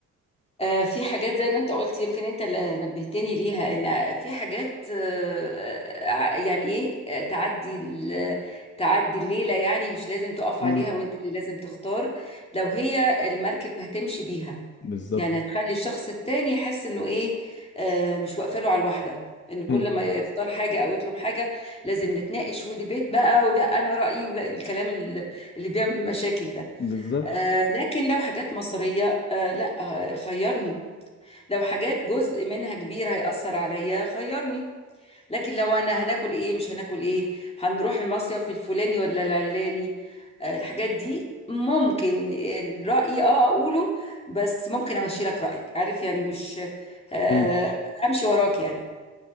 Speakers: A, on the left; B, on the left.
A: آه في حاجات زي ما انت قلت يمكن انت اللي نبهتني ليها ان في حاجات آه آه، يعني ايه آه، تعدي ال- تعدي الليله يعني مش لازم تقف
B: امم
A: عليها وانت اللي لازم تختار لو هي المركب هتمشي بيها
B: بالظبط
A: يعني هتخلي الشخص التاني يحس انه ايه آه مش واقفه له على الواحده ان كل
B: امم
A: ما يختار حاجه او يطلب حاجه لازم نتناقش وديبيت بقى ولا انا رايي ولا الكلام اللي اللي بيعمل مشاكل ده
B: بالظبط
A: آه لكن لو حاجات مصرية آه لا آه، خيرني لو حاجات جزء منها كبير هيأثر عليا خيرني لكن لو انا هناكل ايه مش هناكل ايه هنروح المصيف الفلاني ولا العلاني آه الحاجات دي ممكن الرأي اه اقوله بس ممكن امشي لك رأيك عارف يعني مش آه
B: امم
A: امشي وراك يعني